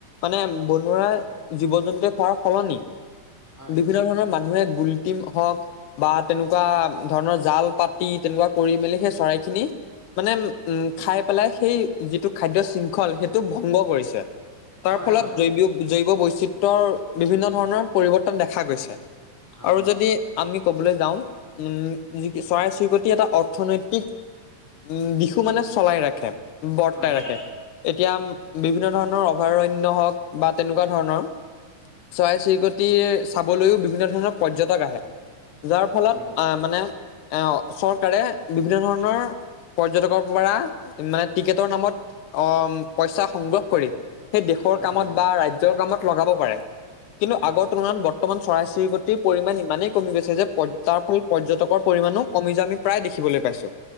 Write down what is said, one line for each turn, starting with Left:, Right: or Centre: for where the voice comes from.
Left: মানে বনৰীয়া জীৱ জন্তুৱে খোৱাৰ সলনি
Centre: হয়
Left: বিভিন্ন ধৰণৰ মানুহে গুলটিম হওক বা তেনেকুৱা ধৰণৰ জাল পাতি, তেনেকুৱা কৰি মেলি সেই চৰাই খিনি মানে উম, খাই পেলাই সেই যিটো খাদ্য শৃংখল, সেইটো ভংগ কৰিছে তাৰ
Centre: হয়
Left: ফলত
Centre: হয় হয় অ
Left: জৈৱ জৈৱ বৈচিত্ৰ ত্ৰৰ বিভিন্ন ধৰণৰ পৰিৱৰ্তন দেখা গৈছে,
Centre: হয়
Left: আৰু
Centre: অ
Left: যদি আমি ক'বলৈ যাওঁ উম, যি চৰাই চিৰিকটি এটা অৰ্থনৈতিক উম, দিশো মানে চলাই ৰাখে, বৰ্তাই
Centre: হয় হয়
Left: ৰাখে এতিয়া বিভিন্ন ধৰণৰ অভয়াৰণ্য হওঁক, বা তেনেকুৱা ধৰণৰ চৰাই চিৰিকটিয়ে চাবলৈও বিভিন্ন ধৰণৰ পৰ্যটক আহে, যাৰ ফলত
Centre: হয় হয়
Left: আহ মানে চৰকাৰে বিভিন্ন ধৰণৰ পৰ্যটকৰ পৰা, মানে টিকেটৰ নামত অহ পইচা সংগ্ৰহ কৰি সেই দেশৰ
Centre: হয়
Left: কামত
Centre: হয়
Left: বা ৰাজ্যৰ কামত লগাব পাৰে। কিন্তু,
Centre: হয়
Left: আগৰ তুলনাত বৰ্তমান চৰাই চিৰিকটিৰ পৰিমাণ ইমানেই কমি গৈছে যে, তাৰ ফল পৰ্যতকৰ পৰিমাণো কমি যোৱা আমি প্ৰায় দেখিবলৈ পাইছোঁ।